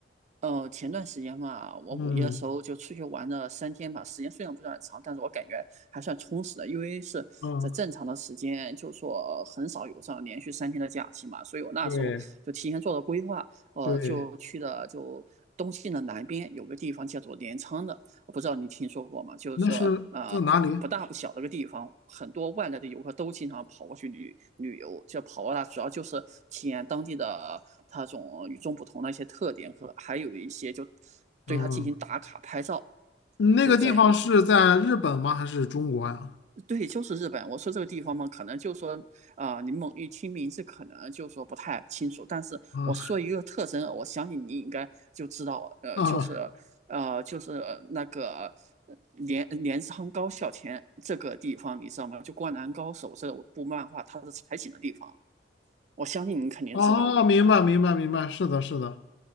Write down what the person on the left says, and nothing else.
嗯。
嗯，
对
对，
那是在哪里？
嗯，
那个地方是在日本吗？
还是中国呀？
啊
啊
哦，明白明白明白，是的，是的，